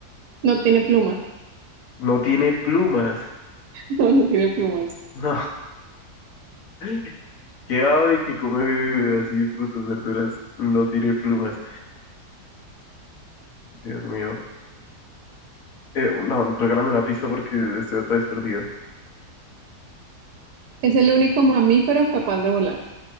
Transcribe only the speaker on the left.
No tiene plumas.
No, <laughs> qué ave que come así frutas, verduras, no tiene plumas. Dios mío. Eh, no, regálame una pista porque estoy otra vez perdido.